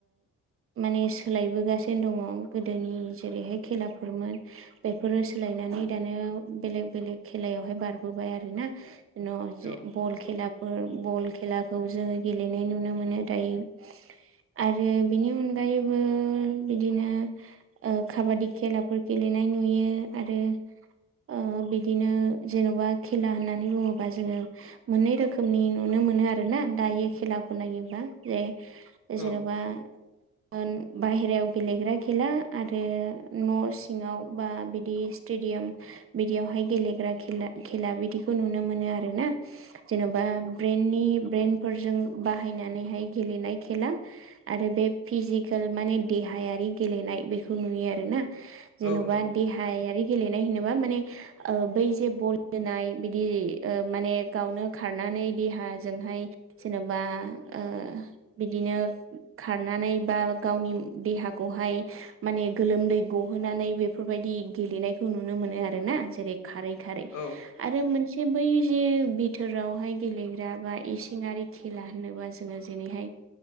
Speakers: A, on the right; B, on the left.
A: माने सोलायबोगासेनो दङ गोदोनि जेरैहाय खेलाफोरमोन बेफोरो सोलायनानै दानो बेलेग बेलेग खेलायावहाय बारबोबाय आरो ना? न'जे
B: औ
A: बल खेलाग फोर बल खेलाखौ जोङो गेलेनाय नुनो मोनो दायो। आरो बिनि अनगायैबो बिदिनो ओ काबादि खेलाफोर गेलेनाय नुयो आरो ओ बिदिनो जेन'बा खेला होननानै बुङोबा जोङो मोननै रोखोमनि नुनो मोनो आरो ना दायो खेलाखौ नायोब्ला जे
B: औ
A: जेनेबा ओन बायेरायाव गेलेग्रा खेला आरो न' सि ङाव बा बिदि स्टेडियाम बिदियावहाय गेलेग्रा खेला खेला बिदिखौ नुनो मोनो आरो ना जेन'बा ब्रेननि ब्रेइनफोरजों बाहायनानैहाय गेलेनाय खेला। आरो बे फिजिकेल माने देहायारि गेलेनाय बेखौ नुयो आरोना। जेन'बा
B: औ नंगौ
A: देहायारि गेलेनाय होनोबा माने ओ बै जे बल जोनाय बिदि ओ माने गावनो खारनानै देहाजोंहाय जेनेबाओ बिदिनो खारनानै बा गावनि देहाखौहाय माने गोलोमदै गहोनानै बेफोरबायदि गेलेनायखौ नुनो मोनो आरोना जेरै खारै खारै
B: औ
A: आरो मोनसे बै जे बिथोरावहाय गेलेग्रा बा इसिंआरि खेला होनोबा जोङो जेरैहाय